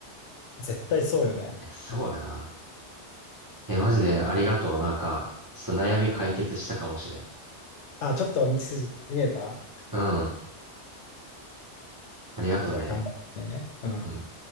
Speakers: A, on the left; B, on the right.
A: 絶対そうよね。
B: え、そうやな。
A: うん、
B: え、マジでありがとう。なんか、ちょっと悩み解決したかもしれん。
A: あ、ちょっと道筋見えた
B: うん。ありがとうね。
A: ?OK、じゃあ頑張ってね。うん。
B: うん。